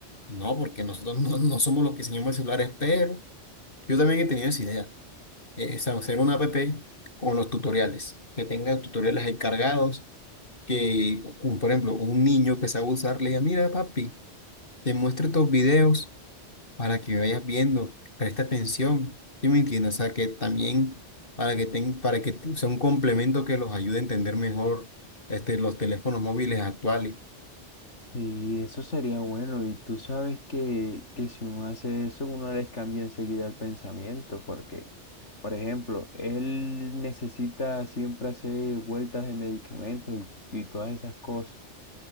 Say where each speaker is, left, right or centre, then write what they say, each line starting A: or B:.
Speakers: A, on the left; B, on the left.
A: no, porque nosotros no, no somos los que diseñamos el celular, pero yo también he tenido esa idea. eh, sa- hacer una app con los tutoriales, que tenga tutoriales ahí cargados, que, un- por ejemplo, un niño que sabe usar, le diga, mira, papi, te muestro estos videos para que vayas viendo, presta atención, ¿sí me entiendes? O sea, que también para que, ten- para que sea un complemento que los ayude a entender mejor este, los teléfonos móviles actuales.
B: Sí, eso sería bueno. Y tú sabes que, que si uno hace eso, uno les cambia enseguida el pensamiento, porque, por ejemplo, él necesita siempre hacer vueltas de medicamentos y todas esas cosas.